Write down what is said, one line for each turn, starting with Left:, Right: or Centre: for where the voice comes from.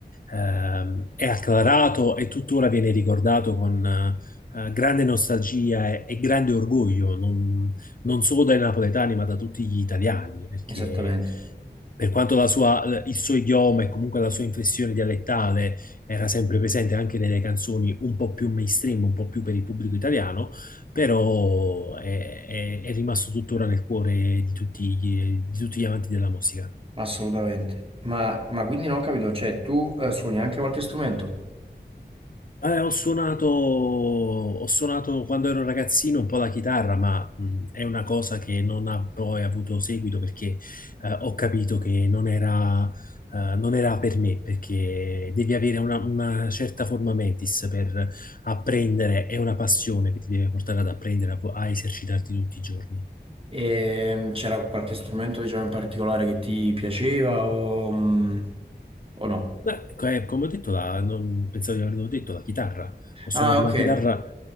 Left: ehm, è acclarato e tuttora viene ricordato con eh, grande nostalgia e, e grande orgoglio, non, non solo dai napoletani, ma da tutti gli italiani, perché
Right: Esattamente,
Left: per quanto la sua- eh, il suo idioma e comunque la sua inflessione dialettale era sempre presente anche nelle canzoni un po' più mainstream, un po' più per il pubblico italiano, però è, è- è rimasto tuttora nel cuore di tutti gli, di tutti gli amanti della musica.
Right: assolutamente. Ma, ma quindi non ho capito, cioè tu eh, suoni anche qualche strumento?
Left: Eh, ho suonato, ho suonato quando ero ragazzino un po' la chitarra, ma mh, è una cosa che non ha poi avuto seguito perché eh, ho capito che non era, eh, non era per me, perché devi avere una, una certa forma mentis per apprendere, è una passione che ti deve portare ad apprendere, a, a esercitarti tutti i giorni.
Right: E c'era qualche strumento, diciamo, in particolare che ti piaceva o, mm, o no?
Left: Beh, ecco, eh, come ho detto, la- non pensavo di averlo detto, la chitarra. Ho
Right: Ah,
Left: suonato
Right: ok.
Left: la chitarra,